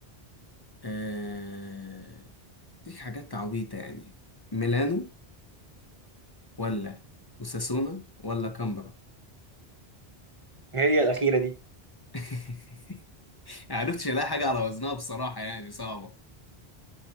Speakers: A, on the left; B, on the right.
A: آه ديك حاجات عبيطة يعني ميلانو ولا وساسونا ولا كامبرا
B: هي الأخيرة دي
A: <laughs> معرفتش الاقي حاجة على وزنها بصراحة يعني صعبة